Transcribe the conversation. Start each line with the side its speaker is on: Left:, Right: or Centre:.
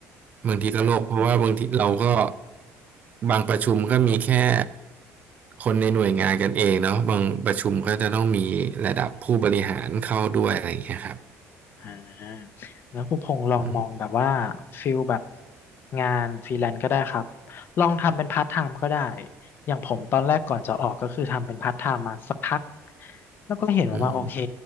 Right: บางทีก็โลกเพราะว่าบางทีเราก็บางประชุมก็มีแค่คนในหน่วยงานกันเองเนาะบางประชุมก็จะต้องมีระดับผู้บริหารเข้าด้วยอะไรอย่างเงี้ยครับ
Left: อ่าแล้วคุณพงษ์ลองมองแบบว่า
Right: อืม
Left: ฟิลแบบงานฟรีแลนซ์ก็ได้ครับลองทำเป็นพาร์ทไทม์ก็ได้อย่างผมตอนแรกก่อนจะออกก็คือทำเป็นพาร์ทไทม์มาสักพักแล้วก็เห็นว่ามาโอเค
Right: อืม